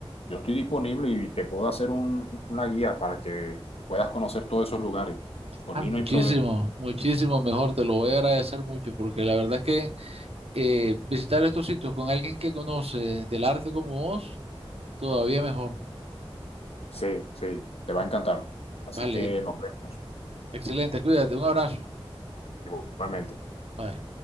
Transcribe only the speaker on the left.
yo estoy disponible y te puedo hacer un- una guía para que puedas conocer todos esos lugares. Por
mí
no hay problema.
Sí, sí, te va a encantar. Así
que nos vemos
igualmente.